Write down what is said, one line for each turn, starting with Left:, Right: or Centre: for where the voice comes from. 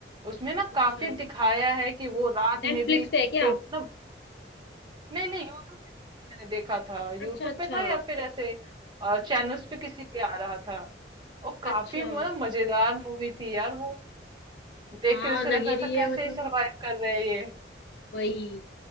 Right: उसमें ना
Left: अच्छा
Right: काफी दिखाया है कि वो रात
Left: नेटफ्लिक्स
Right: में भी
Left: पे है क्या
Right: तो ना नहीं नहीं यूट्यूब पे किसी मैंने देखा था
Left: अच्छा
Right: यूट्यूब
Left: अच्छा
Right: पे था या फिर ऐसे चैनल्स पे किसी पे आ रहा था और काफी
Left: अच्छा
Right: मतलब मजेदार मूवी थी यार वो देख
Left: हाँ
Right: के जैसे
Left: लगी
Right: लग रहा
Left: रही
Right: था
Left: है
Right: कैसे
Left: मतलब
Right: ही सरवाइव कर रहे हैं ये
Left: वही